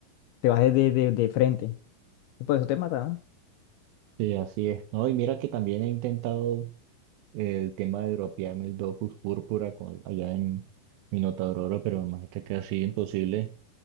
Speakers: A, on the left (about 80°); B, on the right (about 85°).
A: te vas de, de, de frente. Y por eso te mata, ¿no?
B: Sí, así es. No, y mira que también he intentado. el tema de dropearme el Dofus Púrpura con, allá en Minotauro, pero más está casi imposible.